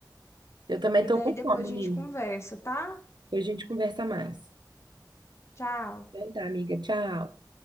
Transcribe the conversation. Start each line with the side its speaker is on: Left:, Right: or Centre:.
Right: Eu também
Left: e
Right: tô
Left: daí
Right: com
Left: depois
Right: fome, menino.
Left: a gente conversa, tá?
Right: Depois a gente conversa mais.
Left: Tchau.
Right: Então tá, amiga. Tchau.